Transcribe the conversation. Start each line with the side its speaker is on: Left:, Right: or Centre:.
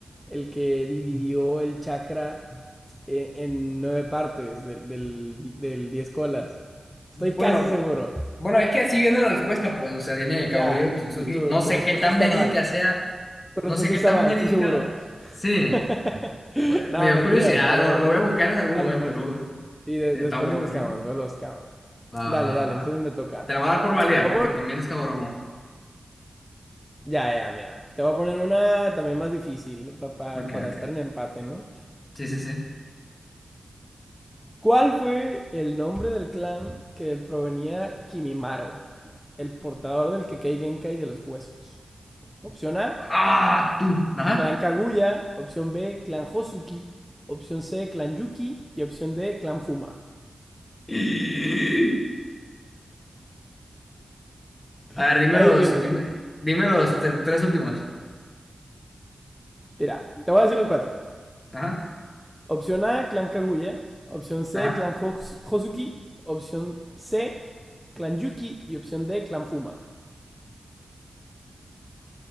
Centre: el que dividió el chakra e- en nueve partes del, del, del 10 colas. Estoy
Left: Bueno,
Centre: casi seguro.
Left: bueno, es que así viene la respuesta, pues, o sea, viene de
Centre: Ya,
Left: Kaguya de Tsutsuki.
Centre: pues tu,
Left: No
Centre: tu
Left: sé
Centre: respuesta
Left: qué tan
Centre: está
Left: verídica
Centre: mal.
Left: sea,
Centre: Tu respuesta
Left: no sé qué
Centre: está
Left: tan
Centre: mal,
Left: verídica.
Centre: estoy seguro.
Left: Sí,
Centre: <laughs>
Left: pues,
Centre: No,
Left: me dio
Centre: mentiras.
Left: curiosidad,
Centre: A lo
Left: lo,
Centre: mejor,
Left: lo voy a buscar en algún
Centre: a
Left: momento,
Centre: lo mejor
Left: lo-
Centre: sí. Sí, de-
Left: Está
Centre: después
Left: bueno,
Centre: lo buscamos,
Left: ¿eh?
Centre: después lo buscamos.
Left: Va,
Centre: Dale,
Left: va,
Centre: dale, entonces
Left: va.
Centre: me toca.
Left: Te la voy a dar por válida,
Centre: Te voy
Left: porque también
Centre: a pon-
Left: es Hagoromo.
Centre: Ya, ya, mira. Te voy a poner una también más difícil pa- pa-
Left: Ok,
Centre: para
Left: ok.
Centre: estar en empate, ¿no?
Left: Sí, sí, sí.
Centre: ¿Cuál fue el nombre del clan que provenía Kimimaro, el portador del Kekei Genkai de los huesos? Opción A,
Left: ¡Ah! ¡Tú! Ajá.
Centre: Clan Kaguya. Opción B, Clan Hosuki. Opción C, Clan Yuki. Y opción D, Clan Fuma.
Left: Y- A
Centre: <laughs>
Left: ver, dime
Centre: Está
Left: los,
Centre: difícil.
Left: dime, dime los te- tres últimos.
Centre: Mira, te voy a decir los cuatro.
Left: Ajá,
Centre: Opción A, Clan Kaguya. Opción C,
Left: ajá.
Centre: Clan Hos- Hosuki. Opción C, Clan Yuki. Y opción D, Clan Fuma.